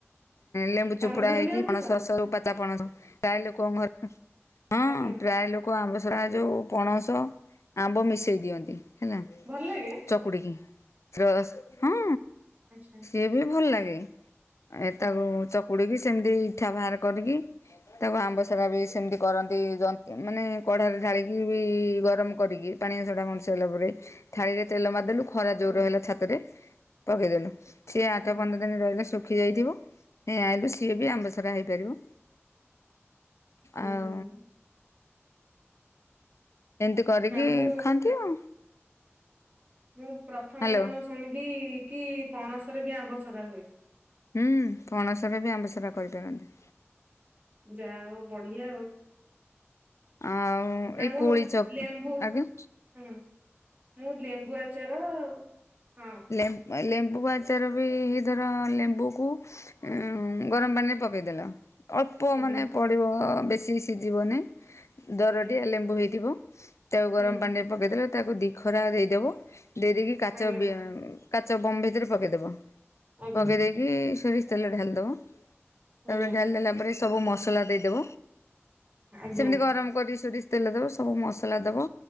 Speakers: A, on the left; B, on the right.
A: ଲେ
B: ପଣସରେ
A: ଚୁପୁଡା ହେଇକି
B: ବି ଆମ୍ବସରା
A: ପଣସ ରସ ରୁ ପା ତା ପଣସ ପ୍ରାୟ ଲୋକଙ୍କ ଘର ହଁ
B: ଆଜ୍ଞା
A: ପ୍ରାୟ ଲୋକ କୋଉ ଆମ୍ବ ସରାରେ ଯଉ ପଣସ ଆମ୍ବ ମିଶେଇ ଦିଅନ୍ତି ହେଲା
B: ଭଲ ଲାଗେ?
A: ଚକୁଡିକି ରସ ହଁ।
B: ଆଚ୍ଛା।
A: ଏବେ ବି ଭଲ ଲାଗେ ଏ ତାକୁ ଚକୁଡିକି
B: ଆଚ୍ଛା
A: ସେମିତି
B: ହୁଁ
A: ଇଠା ବାହାର କରିକି ତାକୁ ଆମ୍ବସରା ବି ସେମିତି କରନ୍ତି ଯ ମାନେ କଢ଼ାରେ ଢାଳିକି ବି ଗରମ କରିକି। ପାଣି ରାସ ଟା ମରି ସାଇଲା ପରେ ଥାଳିରେ ତେଲ ମାରଦେଲୁ ଖରା
B: ହୁଁ
A: ଜୋର ହେଲା ଛାତରେ ପକେଇ ଦେଲୁ ସେ
B: ହୁଁ
A: ଆଠ ପନ୍ଦର ରହିଲେ ଶୁଖି ଯାଇଥିବ ହେ ଆଇିଲୁ ସିଏ ବି ଆମ୍ବ ସାରା ହେଇପାରିବ। ଆଉ।
B: ହୁଁ
A: ଏମିତି କରିକି
B: ନା ମୁଁ
A: ଖାଆନ୍ତି ଆଉ।
B: ମୁଁ ପ୍ରଥମ
A: ହ୍ୟାଲୋ
B: ସମୟ ଶୁଣିଲି କି ପଣସରେ ବି ଆମ୍ବସରା ହୁଏ।
A: ହୁଁ ପଣସ ରେ ବି ଆମ୍ବସାରା କରିପାରନ୍ତି।
B: ଯାହା ଆଉ ବଢିଆ ଆଉ।
A: ଆଉ
B: ନା
A: ଏଇ
B: ମୁଁ
A: କୋଳି ଚକ
B: ଲେମ୍ବୁ
A: ଆଜ୍ଞା।
B: ହୁଁ ମୁଁ ଲେମ୍ବୁ ଆଚାର ହଁ
A: ଲେମ୍ବୁ ଲେମ୍ବୁ ଆଚାର ବି ଧର ଲେମ୍ବୁକୁ ଉ ଗରମ ପାଣିରେ ପକେଇ ଦେଲ ଅଳ୍ପ
B: ଆଜ୍ଞା
A: ମାନେ ପଡିବ ବେଶୀ ସିଝିବନି। ଦରଟିଆ
B: ଆଜ୍ଞା
A: ଲେମ୍ବୁ ହେଇଥିବ ତାକୁ ଗରମ
B: ହୁଁ
A: ପାଣିରେ ପକେଇ ଦେଲେ ତାକୁ ଦି ଖରା ଦେଇଦବ ଦେଇ ଦେଇେକି କାଚ
B: ଆଜ୍ଞା
A: କାଚ ବମ୍ ଭିତରେ ପକେଇଦବ।
B: ଆଜ୍ଞା
A: ପକେଇ ଦେଇକି ସୋରିଷ ତେଲ ଢାଳି ଦବ ତା
B: ଆଜ୍ଞା
A: ପରେ ଢାଳି ଦେଲା ପରେ ସବୁ ମସଲା ଦେଇଦେବ
B: ଆଜ୍ଞା
A: ସେମିତି ଗରମ କରିିକି ସୋରି ତେଲ ଦବ ସବୁ ମସଲା ଦବ